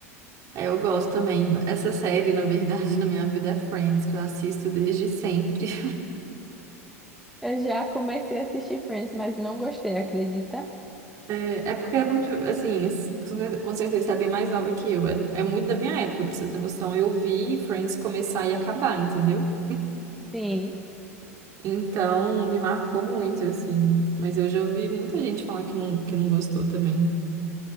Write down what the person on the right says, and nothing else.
É, eu gosto também. Essa série, na verdade, <laughs> na minha vida é Friends, que eu assisto desde sempre.
É, é porque é muito, assim, s- com cer- com certeza você é bem mais nova que eu. É, é muito da minha época, pra você ter noção. Eu vi Friends começar e acabar, entendeu?
Então, me marcou muito, assim. Mas eu já ouvi muita gente falar que não, que não gostou também.